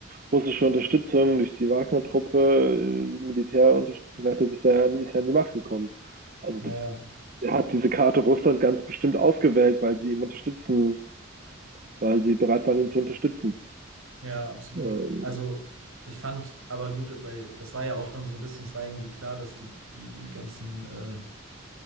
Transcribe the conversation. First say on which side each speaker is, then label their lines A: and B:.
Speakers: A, on the right; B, on the right.
A: russische Unterstützung, durch die Wagner-Truppe, äh, Militärunterstützung, hat er sich da ja nie, ist ja an die Macht gekommen. Also
B: ja, ja.
A: er hat diese Karte Russland ganz bestimmt ausgewählt, weil sie ihm unterstützen weil sie bereit waren, ihn zu unterstützen.
B: Ja, absolut.
A: Ähm,
B: Also ich fand, aber gut, weil das war ja auch dann so ein bisschen, es war irgendwie klar, dass die, die ganzen äh,